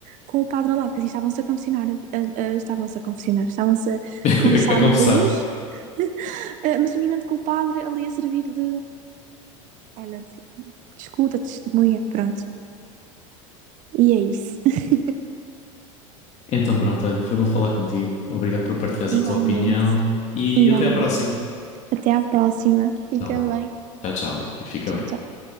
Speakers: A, on the right; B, on the left.
A: com o padre ao lado, que assim estavam-se a confessionar, estavam-se a confessionar, estavam-se a
B: <laughs>
A: confessar
B: A conversar.
A: a Deus, eh, mas simplesmente com o padre ali a servir de, olha, de, de escuta, de testemunha, pronto. E é isso. <laughs>
B: Então pronto, olha, foi bom falar contigo. Obrigado por partilhares
A: Igualmente,
B: a tua opinião e
A: igualmente.
B: até à próxima.
A: Até à próxima. Fica
B: Então vá.
A: bem.
B: Tchau, tchau, Beatriz. Fica
A: Tchau,
B: bem.
A: tchau.